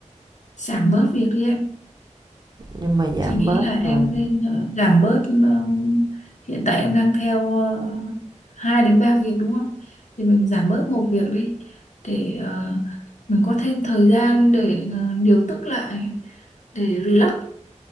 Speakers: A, on the left; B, on the right.
A: giảm bớt việc đi em
B: nhưng mà giảm
A: chị nghĩ
B: bớt
A: là
B: rồi
A: em nên ờ, giảm bớt ờ, hiện tại em đang theo ờ, hai đến ba việc đúng không thì mình giảm bớt một việc đi để ờ, mình có thêm thời gian để ờ, điều tức lại để relax